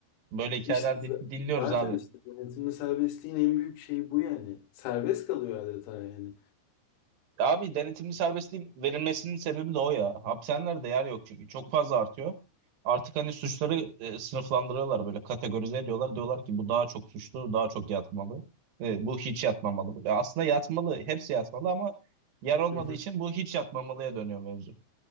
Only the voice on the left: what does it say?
işte z-
zaten
işte denetimli serbestliğin en büyük şeyi bu yani. Serbest kalıyor adeta yani.
Hı hı.